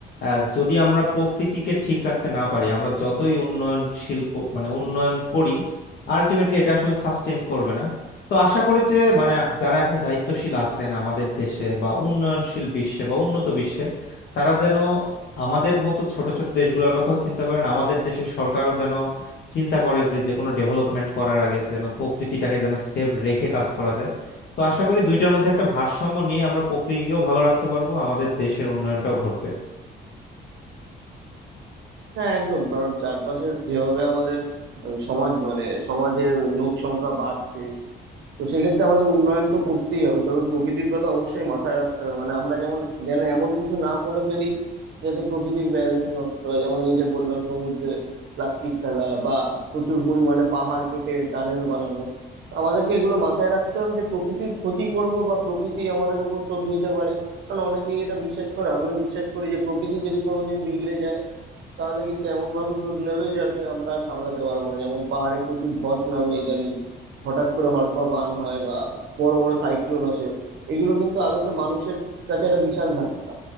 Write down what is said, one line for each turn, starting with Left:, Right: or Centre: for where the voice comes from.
Left: আহ, যদি আমরা প্রকৃতিকে ঠিক রাখতে না পারি আমরা যতই উন্নয়নশীল ক- মানে উন্নয়ন করি আলটিমেটলি এটা আসলে সাস্টেইন করবে না তো আশা করি যে মানে যারা এখন দায়িত্বশীল আছেন আমাদের দেশে বা উন্নয়নশীল বিশ্বে বা উন্নত বিশ্বে তারা যেন আমাদের মতো ছোট ছোট দেশগুলোর কথাও চিন্তা করেন আমাদের দেশের সরকারও যেন চিন্তা করে যে যে কোনো ডেভেলপমেন্ট করার আগে যেন প্রকৃতিটাকে যেন সেভ রেখে কাজ করা যায় তো আশা করি দুইটার মধ্যে একটা ভারসাম্য নিয়ে আমরা প্রকৃতিকেও ভালো রাখতে পারবো আমাদের দেশের উন্নয়নটাও ঘটবে
Right: হ্যাঁ একদম কারণ চারপাশে যেভাবে আমাদের মানে সমাজ মানে সমাজের লোক সংখ্যা বাড়ছে তো সেক্ষেত্রে আমাদের উন্নয়ন তো করতেই হবে তবে প্রকৃতির কথা অবশ্যই মাথায় রাখতে হবে মানে আমরা যেমন যেন এমন কিছু না করে ফেলি যাতে প্রকৃতির ব্যালেন্স নষ্ট হয় যেমন এই যে বললাম সমুদ্রে প্লাস্টিক ফেলা বা প্রচুর পরিমাণে পাহাড় কেটে টানেল বানানো তো আমাদেরকে এগুলো মাথায় রাখতে হবে যে প্রকৃতির ক্ষতি করব বা প্রকৃতি আমাদের উপর শোধ নিতে পারে কারণ অনেকেই এটা বিশ্বাস করে আমিও বিশ্বাস করি যে প্রকৃতি যদি কোনোদিন বিগড়ে যায় তাহলে কিন্তু এমন ভাবে শোধ নেবে যাতে আমরা সামলাতে পারবো না যেমন পাহাড়ে প্রচুর ধস নামে ইদানিং হঠাৎ করে হড়পা বান হয় বা বড় বড় সাইক্লোন আসে এগুলো কিন্তু আদতে মানুষের কাছে একটা বিশাল ধাক্কা